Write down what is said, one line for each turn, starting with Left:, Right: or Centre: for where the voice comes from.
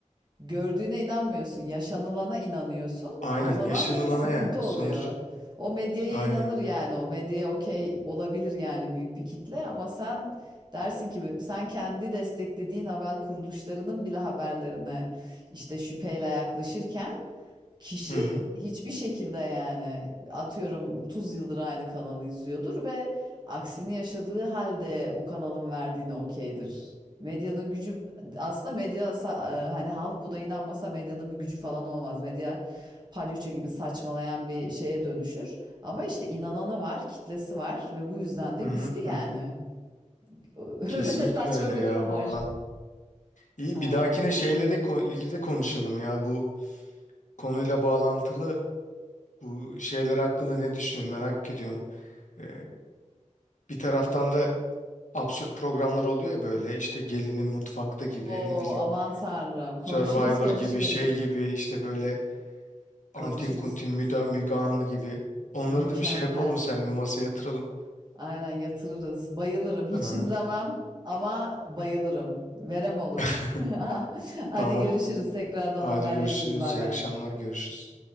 Right: gördüğüne inanmıyorsun. Yaşanılana inanıyorsun.
Left: Aynen
Right: E, O zaman
Left: yaşanılana
Right: da bir sıkıntı
Left: yani
Right: oluyor.
Left: sonuç.
Right: O medyaya
Left: Aynen.
Right: inanır yani. O medyaya okey olabilir yani büyük bir kitle ama sen dersin ki sen kendi desteklediğin haber kuruluşlarının bile haberlerine işte şüpheyle yaklaşırken Kişi
Left: Hı hı
Right: hiçbir şekilde yani atıyorum 30 yıldır aynı kanalı izliyordur ve aksini yaşadığı halde o kanalın verdiğine okeydir. Medyanın gücü aslında medya sa- e, hani halk buna inanmasa medyanın bir gücü falan olmaz. Medya palyaço gibi saçmalayan bir şeye dönüşür. Ama işte inananı var, kitlesi var ve bu yüzden de
Left: hı
Right: güçlü
Left: hı
Right: yani.
Left: hı. hı.
Right: <laughs>
Left: Kesinlikle
Right: Öyle saçma
Left: öyle ya
Right: bir durum var.
Left: valla. İyi
Right: Aynen.
Left: bir dahakine şeyle de ko- ilgili de konuşalım ya bu konuyla bağlantılı bu şeyler hakkında ne düşünüyorsun merak ediyorum. Ee, bir taraftan da absürt programlar oluyor ya böyle işte gelinin mutfakta
Right: Oo
Left: gibi ne bileyim
Right: aman tanrım. Konuşuruz
Left: Survivor
Right: konuşuruz.
Left: gibi şey gibi işte böyle Antin
Right: Konuşuruz.
Left: Kuntin Müda, Müge Anlı gibi. Onları
Right: Mükemmel.
Left: da bir şey yapalım sen bir masaya yatıralım.
Right: Aynen yatırırız. Bayılırım. Hiç
Left: Aha.
Right: izlemem ama bayılırım. Verem olurum.
Left: <laughs>
Right: <laughs> Hadi
Left: Tamam.
Right: görüşürüz. Tekrardan
Left: Hadi
Right: haberleşiriz.
Left: görüşürüz.
Right: Bay
Left: İyi
Right: bay.
Left: akşamlar. Görüşürüz.